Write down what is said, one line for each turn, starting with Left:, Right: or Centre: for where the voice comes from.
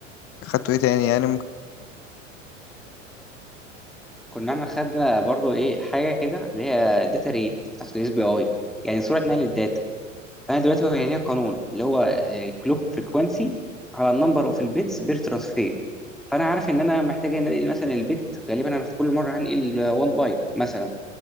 Left: خدته ايه تاني يعني
Centre: كنا احنا خدنا برضو ايه حاجه كده اللي هي داتا ريت بتاعت الاس بي اي يعني سرعه نقل الداتا فانا دلوقتي هو ليها قانون اللي هو الكلوك فريكوانسي على النمبر اوف البيتس بير ترانسفير فانا عارف ان انا محتاج ان انقل مثلا البيت غالبا انا في كل مره هنقل 1 بايت مثلا